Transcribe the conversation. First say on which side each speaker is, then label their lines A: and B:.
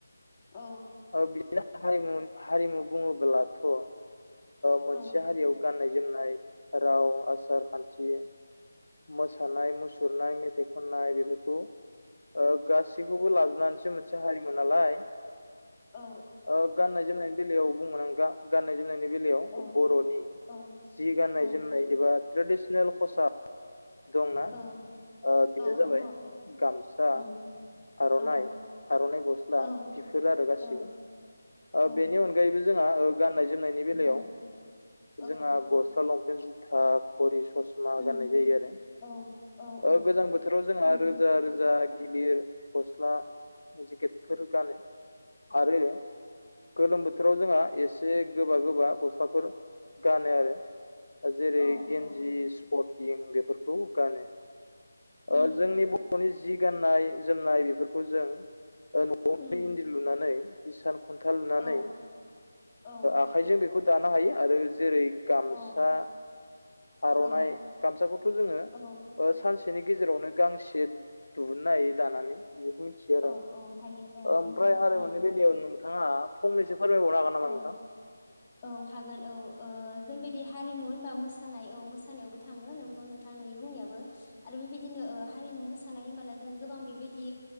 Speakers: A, on the left (about 20°); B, on the left (about 70°).
A: औ।
B: ओ बिदिनो हारिमु हारिमु बुंङोब्लाथ' ओ मोनसे
A: औ
B: हारियाव गाननाय जोनाय राव आसार खान्थि मोसानाय मुसुरनाय मेथाइ खननाय बेफोरखौ ओ गासैखौबो लाजोबनानैसो मोनसे हारिमु नालाय।
A: औ
B: ओ गाननाय जोमनायनि बेला याव बुंगोन आं गा-गाननाय जोमनायनि बेलायाव
A: औ
B: बर'नि
A: औ
B: जि गाननाय
A: औ
B: जोमनाय एबा ट्रेडिसनेल खसाब दंना
A: औ
B: ओ बेनो
A: औ
B: जाबाय
A: दङ औ
B: गामसा
A: उम
B: आर'नाइ
A: औ
B: आर'नाइ गस्ला
A: औ
B: बिफोर आरो गासिबो।
A: औ
B: ओ
A: औ
B: बेनि अनगायैबो जोंहा ओ गाननाय जोमनायनि बेलायाव
A: औ उम
B: जोंहा
A: औ
B: गसला जुथा घरी ससमा
A: नंगौ
B: गननाय जायो आलो
A: औ औ औ
B: ओ गोजां बोथो राव जोंहा
A: औ
B: रोजा रोजा गिलिर ग स्ला जेकेटफोर गानो आरो गोलोम बोथोराव जोंहा एसे गोबा गोबा गस्लाफोर गानो आरो। जेरै
A: औ
B: गेन्जि
A: औ
B: स्पटिं बेफोरखौ गानो।
A: उम
B: ओ जोंनि बर'नि जि गाननाय जोमनाय बेफोरखौ जों ओ न'आव
A: उम
B: इन्दि लुनानै हिसान खन लुनानै
A: औ औ
B: आखाइजों बेखौ दानो हायो आरो जेरै गामसा
A: औ
B: आरनाइ
A: औ
B: गामसाखौथ' जोङो
A: औ
B: सानसे गेजेरावनो गांसे। दिुहुननो हायो दानानै बे बेखौ मिथियो आरो
A: औ औ हायो औ नंगौ
B: ओमफ्राय
A: नोंथां
B: हारिमुनि
A: हायो
B: बेलायाव नोंथाङा फंनैसो। फोरमायबावनो हागोन नामा
A: औ
B: नोंथां?
A: औ हागोन औ। जों बायदि हारिमु होनबा मोसानाय औ मोसानायावबो थाङो नोंगौ नोंथां नोंनि बुंनायाबो। आरो बेबायदिनो हारिमु मोसा मोसानाय होनबोला जों गोबां बेबायदि